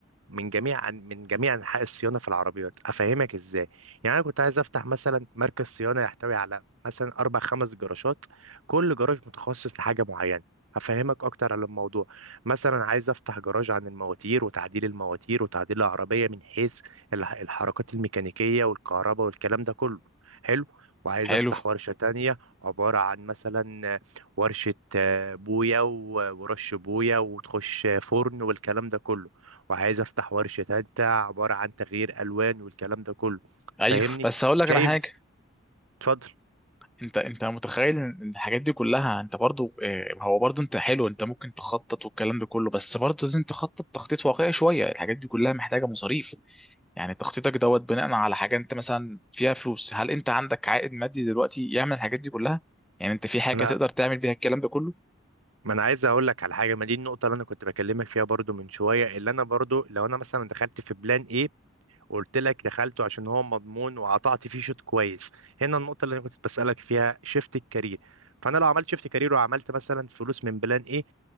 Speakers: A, on the right; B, in the centre.
A: من جميع من جميع انحاء الصيانه في العربيات افهمك ازاي يعني انا كنت عايز افتح مثلا مركز صيانه يحتوي على مثلا اربع خمس جراشات كل جراج متخصص لحاجه معينه هفهمك اكتر على الموضوع مثلا عايز افتح جراج عن المواتير وتعديل المواتير وتعديل العربيه من حيث الح- الحركات الميكانيكيه والكهرباء والكلام ده كله حلو وعايز
B: حلو
A: افتح ورشه تانية عباره عن مثلا ورشه آه، بويا و- ورش بويا وتخش فرن والكلام ده كله وعايز افتح ورشة تالتة عبارة عن تغيير الوان والكلام ده كله
B: ايوه
A: فاهمني
B: بس هقول لك
A: شايف
B: انا حاجه
A: اتفضل
B: انت انت متخيل ان الحاجات دي كلها انت برضو اه، هو برضو انت حلو انت ممكن تخطط والكلام ده كله بس برضو لازم تخطط تخطيط واقعي شويه الحاجات دي كلها محتاجه مصاريف يعني تخطيطك دوت بناء على حاجه انت مثلا فيها فلوس هل انت عندك عائد مادي دلوقتي يعمل الحاجات دي كلها يعني انت في حاجه
A: انا
B: تقدر تعمل بيها الكلام ده كله
A: ما انا عايز اقول لك على حاجه ما دي النقطه اللي انا كنت بكلمك فيها برضو من شويه اللي انا برضو لو انا مثلا دخلت في بلان ايه وقلت لك دخلته عشان هو مضمون وقطعت فيه شوط كويس هنا النقطه اللي انا كنت بسالك فيها شيفت الكارير فانا لو عملت شيفت كارير وعملت مثلا فلوس من بلان ايه